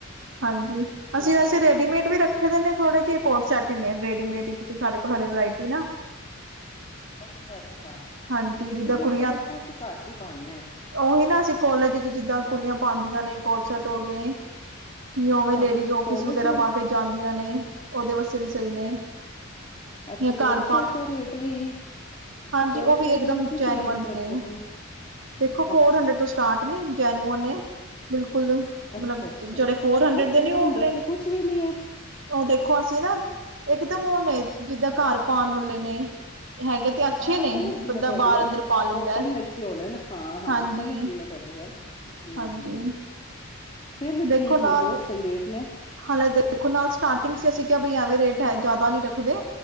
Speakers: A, on the right; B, on the left.
A: ਹਾਂਜੀ।
B: ਹਾਂ।
A: ਅਸੀ ਵੈਸੇ, ਰੈਡੀਮੇਡ ਵੀ ਰਖੇ। ਰਖੇ ਦੇ ਨੇ ਥੋੜੇ ਜਿਹੇ। ਕੋਟ ਸੈਟ ਹੀ ਨੇ, ਰੈਡੀੇਡ ਚ ਸਾਡੇ ਕੋਲ ਹਲੇ, ਵਰਾਇਟੀ ਨਾ-
B: ਅਛਾ- ਅਛਾ,
A: ਹਾਂਜੀ
B: ਰੇਡੀਮੇਡ
A: ਜਿੱਦਾਂ ਕੁੜੀਆਂ
B: ਤਾਂ ਦੇਖੋ, ਅਸੀ ਘੱਟ ਹੀ ਪਾਉਦੇ ਹਾਂ।
A: ਉਹੀ ਨਾ, ਅਸੀ ਕੋਲਜ ਚ, ਜਿਦਾਂ ਕੁੜੀਆਂ ਪਾਉਂਦੀਆਂ ਨੇ। ਕੋਟਸੈਟ ਹੋ ਗਏ। ਨੀ ਔਵੇਂ
B: ਹਾਂ
A: ਲੇਡੀਜ਼, ਆਫਿਸ
B: ਕੋਲਜ
A: ਵਗੈਰਾ,
B: ਵੱਲ
A: ਪਾ ਕੇ ਜਾਦੀਆਂ ਨੇ। ਉਹਦੇ ਵਾਸਤੇ ਵੀ ਸਹੀ ਨੇ।
B: ਅਛਾ,
A: ਜਾਂ
B: ਕੋਟ
A: ਘਰ
B: ਸੈਟ ਦਾ ਰੇਟ ਵੀ। ਕੋਟ
A: ਜੀ ਉਹ ਵੀ,
B: ਸੈਟ
A: ਇਕਦਮ
B: ਕਿਸ
A: ਜੈਨਵਨ
B: ਰੇਂਜ ਚ ਰੱਖੇ
A: ਨੇ।
B: ਦੇ
A: ਦੇਖੋ ਫੋਰ
B: ਅੱਛਾ,
A: ਹੰਡਰਡ, ਤੋਂ ਸਟਾਰਟ ਨੇ ਜੈਨਵਨ ਨੇ। ਬਿਲਕੁਲ,
B: ਅੱਛਾ,
A: ਮਤਲਬ
B: ਅੱਛਾ
A: ਜਿਹੜੇ ਫੋਰ ਹੰਡਰਡ
B: ਹਾਂ
A: ਦੇ
B: ਫੋਰ
A: ਨੇ। ਉਹਲੇ।
B: ਹੰਡਰਡ ਚ ਕੁਛ ਵੀ ਨੀ ਐ।
A: ਉਹ ਦੇਖੋ, ਅਸੀ ਨਾ। ਇਕਦਮ ਉਹ ਨੇ, ਜਿਦਾਂ ਘਰ ਪਾਉਣ ਵਾਲੇ ਨੇ। ਹੈਗੇ ਤੇ ਅਛੇ
B: ਹਾਂ
A: ਨੇ।
B: ਸਮਝ ਗਣੀ,
A: ਬੰਦਾ
B: ਮੈਂ ਤੁਹਾਡੀ
A: ਬਾਹਰ
B: ਗਲ,
A: ਅੰਦਰ ਪਾ ਲੈਂਦਾ
B: ਕੋਰਟਨ ਵਿਚ ਹੀ ਆਉਣਾ ਹੈ ਨਾ। ਹਾਂ- ਹਾਂ,
A: ਹਾਂਜੀ
B: ਸਮਝ ਗਈ ਮੈ। ਤੁਹਾਡੀ ਗੱਲ। ਹੂੰ-ਹੂੰ,
A: ਹਾਂਜੀ
B: ਫੇਰ ਵੀ
A: ਦੇਖੋ
B: ਠੀਕ ਨੇ।
A: ਨਾਲ
B: ਬਹੁਤ ਸਹੀ ਰੇਟ ਨੇ।
A: ਹਾਲੇ ਦੇਖੋ ਨਾ, ਸਟਾਰਟਿੰਗ ਚ ਅਸੀਂ ਕਿਹਾ, ਐਵੇਂ ਰੇਟ ਜ਼ਿਆਦਾ ਨਹੀਂ ਰੱਖਦੇ।